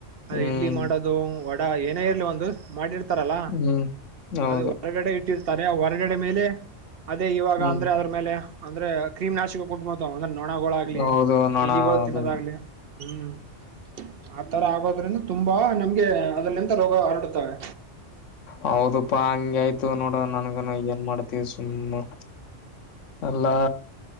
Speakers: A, on the right (about 55°); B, on the left (about 80°).
A: ಅ
B: ಹ್ಮ್
A: ಇಡ್ಲಿ ಮಾಡೋದು ಅದು ವಡಾ ಏನೇ ಇರ್ಲಿ ಒಂದು ಮಾಡಿರ್ತಾರಲ್ಲ
B: ಹ್ಮ್ ಹೌದು
A: ಅದು ಹೊರಗಡೆ ಇಟ್ಟಿರ್ತಾರೆ ಹೊರಗಡೆ ಮೇಲೆ ಅದೇ ಇವಾಗ
B: ಹ್ಮ್
A: ಅಂದ್ರೆ ಅದ್ರ ಮೇಲೆ ಅಂದ್ರೆ ಕ್ರೀಮ್ ನಾಶಿಕ ಕು ಒಂದ್ರ ನೊಣಗಳಾಗ್ಲಿ
B: ಹೌದು ನೋಣ
A: ಇಲಿಗಳು
B: ಅದು
A: ತಿನ್ನೋದಾಗ್ಲಿ ಹ್ಮ್ ಆ ತರ ಆಗೋದ್ರಿಂದ ತುಂಬಾ ನಮ್ಗೆ ಅದಲ್ಲಿಂತ ರೋಗ ಹರಡುತ್ತವೆ
B: ಹೌದಪ್ಪಾ ಹಂಗ ಆಯ್ತು ನೋಡ ನನ್ಗನು ಏನ್ ಮಾಡ್ತವಿ ಸುಮ್ಮ ಅಲ್ಲಾ